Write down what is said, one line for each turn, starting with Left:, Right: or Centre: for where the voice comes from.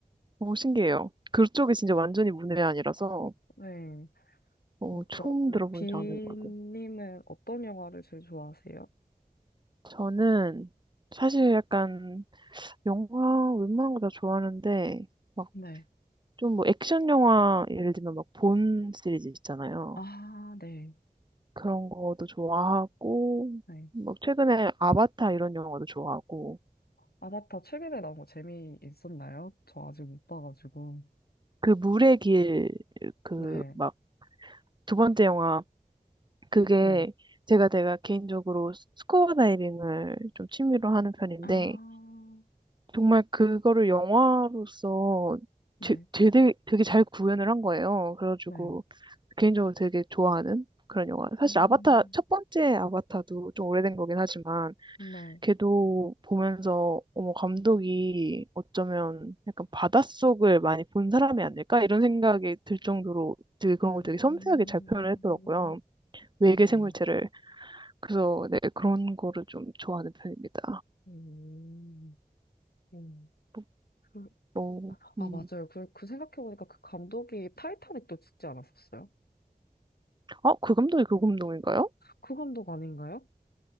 Right: 오, 신기해요. 그쪽이 진짜 완전히 문외 아니라서
Left: 네,
Right: 어,
Left: 어, 그러면
Right: 처음 들어보는
Left: 은 비님은
Right: 장르인 것 같아요.
Left: 어떤 영화를 제일 좋아하세요?
Right: 저는 사실 약간 영화 웬만한 거 다 좋아하는데 막
Left: 네.
Right: 좀 뭐 액션 영화 예를 들면 막 본 시리즈 있잖아요.
Left: 아, 네.
Right: 그런 거도 좋아하고
Left: 네.
Right: 막 최근에 아바타 이런 영화도 좋아하고
Left: 아바타 최근에 나온 거 재미있었나요? 저 아직 못 봐가지고.
Right: 그 물의 길 그
Left: 네.
Right: 막 두 번째 영화 그게
Left: 네.
Right: 제가 제가 개인적으로 스- 스쿠버 다이빙을 좀 취미로 하는 편인데
Left: 아,
Right: 정말 그거를 영화로서
Left: 네.
Right: 제, 되게, 되게 잘 구현을 한 거예요. 그래가지고
Left: 네.
Right: 개인적으로 되게 좋아하는 그런 영화. 사실
Left: 음,
Right: 아바타, 첫 번째 아바타도 좀 오래된 거긴 하지만
Left: 네.
Right: 걔도 보면서 어머, 감독이 어쩌면 약간 바닷속을 많이 본 사람이 아닐까? 이런 생각이 들 정도로 되게 그런
Left: 음,
Right: 걸 되게 섬세하게 잘 표현을 했더라고요. 외계
Left: 네.
Right: 생물체를. 그래서 네, 그런 거를 좀 좋아하는 편입니다.
Left: 음, 음.
Right: 뭐,
Left: 그,
Right: 뭐,
Left: 아,
Right: 음.
Left: 맞아요. 그, 그 생각해보니까 그 감독이 타이타닉도 찍지 않았었어요?
Right: 어, 그 감독이 그 감독인가요?
Left: 그 감독 아닌가요?